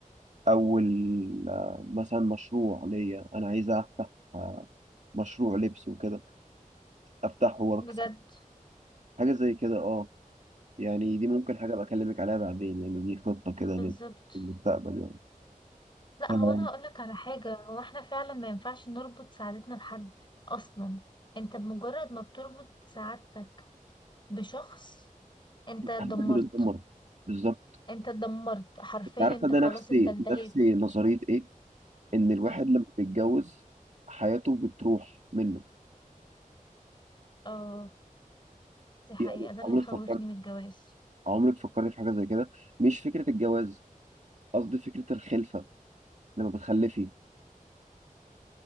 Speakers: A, on the right (about 55°); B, on the left (about 35°).
A: اول آه، مثلا مشروع ليا انا عايز افتح آه، مشروع لبس وكده افتحه واكسب
B: بجد
A: حاجه زي كده اه يعني دي ممكن حاجه بكلمك عليها بعدين يعني دي خطه كده
B: بالظبط
A: لل- للمستقبل يعني
B: لا
A: ف-
B: هو انا هقول لك على حاجه هو احنا فعلا ما ينفعش نربط سعادتنا بحد اصلا انت بمجرد ما بتربط سعادتك بشخص انت
A: <laughs>
B: اتدمرت
A: حاجات بتتدمر بالظبط
B: انت اتدمرت حرفيا
A: أنت عارفه
B: انت
A: ده
B: خلاص
A: نفسي
B: انت انتهيت
A: نفسي نظريه ايه ان الواحد
B: مم.
A: لما بيتجوز حياته بتروح منه
B: اه دي حقيقه
A: يعني
B: ده اللي
A: عمرك
B: مخوفني
A: فكرت
B: من الجواز
A: عمرك فكرت في حاجة زي كده مش فكرة الجواز قصدي فكرة الخلفة لما بتخلفي